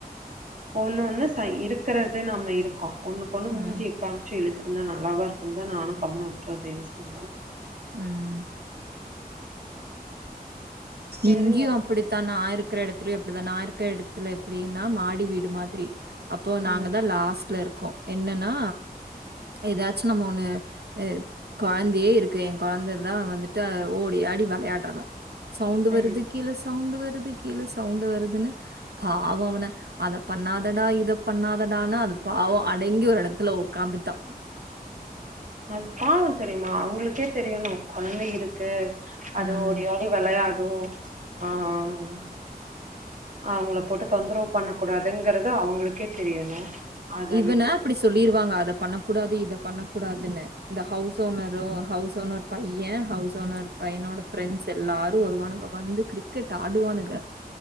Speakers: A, on the right (about 55°); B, on the right (about 85°).
A: ஒன்னு ஒன்னு சய் இருக்கறது நம்ம இருக்கோ ஒன்னுக் ஒன்னு மூஞ்சி
B: ம்,
A: காம்சு இழு இருந்தா நல்லாவா இருக்குந்தா நானு கம்னு வுட்றது எது சொன்னாலு
B: உம்
A: சரி
B: இங்க்யு
A: ஓகே.
B: அப்டித்தா நா இருக்குற எடத் ப்டியோ அப்டிதா நா இருக்க எடத்துல எப்டின்னா மாடி வீடு மாதிரி அப்போ
A: ம்,
B: நாங்க தா லாஸ்ட்ல இருக் கோ என்னன்னா ஏதாச்சு நம்ம ஒன்னு அ கொய்ந்தயே இருக்கு என் கொய்ந்த தா வந்துட்டு ஓடி ஆடி வெளையாட்றவ சவுண்டு
A: ம்.
B: வருது கீழ சவுண்டு வரு ருது கீழ சவுண்டு வருதுன்னு பாவோ அவன அத பண்ணாதடா இத பண்ணாதடானா அது பாவோ அடங்கி ஒரு எடத்துல உக்காந்துட்டா
A: அது பாவ தெரியுமா அவங்களுக்கே தெரியணு கொழந்த இருக்கு அது
B: ம்.
A: ஓடி ஆடி வெளையா ஓ ஆஹ் ஆஹ் அவங்கள போட்டு தொந்தரவு பண்ணக் குடாதுங்கறது அவ்ங்களுக்கே தெரியணு அத
B: இவன
A: விட்டுட்டு
B: அப்புடி சொல்லிருவாங்க அத பண்ணக்கூடாது, இத பண்ணக்கூடாதுன்னு இந்த ஹவுஸ் ஓனரு, ஹவுஸ் ஓனர் பையன், ஹவுஸ் ஓனர் பைய்னோட ஃப்ரெண்ட்ஸ் எல்லாரும் வருவானுங்க, வந்து க்ரிக்கெட் ஆடுவானுங்க